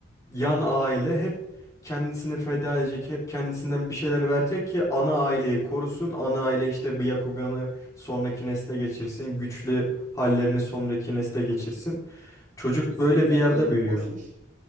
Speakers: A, on the left; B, on the right.
A: yan aile hep kendisini feda edecek, hep kendisinden bir şeyler verecek ki ana aileyi korusun. Ana aile işte bu Yakugan'ı sonraki nesle geçirsin, güçlü hallerini sonraki nesle geçirsin. Çocuk
B: Bizimki
A: böyle
B: zaten
A: bir yerde büyüyor.
B: boş iş.